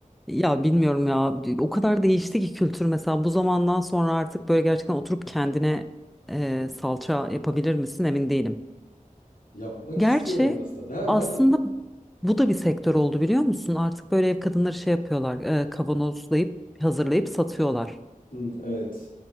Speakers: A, in the centre; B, on the left.
A: ya bilmiyorum ya o kadar değişti ki kültür mesela bu zamandan sonra artık böyle gerçekten oturup kendine e,
B: Hı hı.
A: salça yapabilir misin emin değilim.
B: Yapmak
A: Gerçi
B: istiyorum aslında. Ben
A: aslında
B: ben
A: bu da bir sektör oldu biliyor musun? Artık böyle ev kadınları şey yapıyorlar e, kavanozlayıp hazırlayıp satıyorlar.
B: Hı, evet